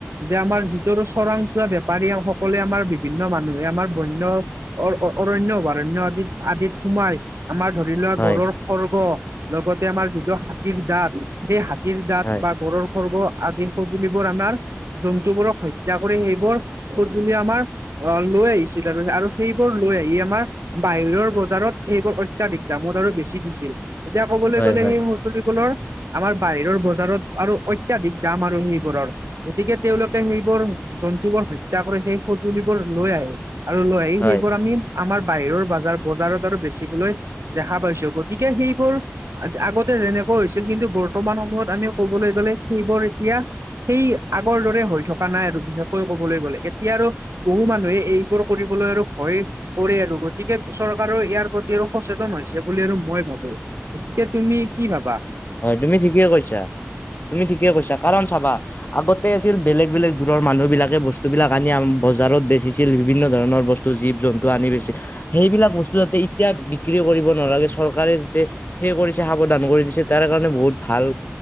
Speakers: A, on the right; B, on the left.
A: যে আমাৰ যিটো চৰাং চোৱা বেপাৰী সকলোৱে আমাৰ বিভিন্ন মানুহে আমাৰ বন্য অৰণ্য, অভয়াৰণ্য আদিত আদিত সোমাই আমাৰ ধৰি লোৱা
B: হয়
A: গড়ৰ খৰ্গ লগতে আমাৰ যিটো হাতীৰ দাঁত সেই হাতীৰ দাঁত
B: হয়
A: বা গড়ৰ খৰ্গ আদি সঁজুলিবোৰ আমাৰ জন্তুবোৰক হত্যা কৰি সেইবোৰ সজুলি আমাৰ আহ লৈ আহিছিল আৰু সেইবোৰ লৈ আহিয়ে আমাৰ বাহিৰৰ বজাৰত এইবোৰ অত্যাধিক দামত আৰু বেছি দিছিল এতিয়া কবলৈ
B: হয়
A: গ'লে
B: হয়
A: সেই সজুলি কুলৰ আমাৰ বাহিৰৰ বজাৰত আৰু অত্যাধিক দাম আৰু সেইবোৰৰ গতিকে তেওঁলোকে সেইবোৰ জন্তু বোৰ হত্যা কৰি সেই সঁজুলিবোৰ লৈ আহে আৰু লয় আহি
B: হয়
A: সেইবোৰ আমি আমাৰ বাহিৰৰ বজাৰ বজাৰত আৰু বেছিবলৈ দেখা পাইছো গতিকে সেইবোৰ আগতে যেনেকুৱা হৈছিল কিন্তু বৰ্তমান সময়ত আমি ক'বলৈ গ'লে সেইবোৰ এতিয়া সেই আগৰ দৰে হৈ থকা নাই আৰু বিশেষকৈ কবলৈ গ'লে এতিয়া আৰু বহু মানুহে এইবোৰ কৰিবলৈ আৰু ভয়েই কৰে আৰু গতিকে চৰকাৰৰ ইয়াৰ প্ৰতি আৰু সচেতন হৈছে বুলি আৰু মই ভাবো গতিকে তুমি কি ভাবা
B: হয় তুমি ঠিকেই কৈছা তুমি ঠিকেই কৈছা কাৰণ চাবা আগতে আছিল বেলেগ বেলেগ দূৰৰ মানুহ বিলাকে বস্তু বিলাক আনি বজাৰত বেচিছিল বিভিন্ন ধৰণৰ বস্তু টো জীৱ জন্তু আনি বেছি সেইবিলাক বস্তু যাতে এতিয়া বিক্ৰী কৰিব নালাগে চৰকাৰে যাতে সেই কৰিছে সাৱধান কৰি দিছে তাৰ কাৰণে বহুত ভাল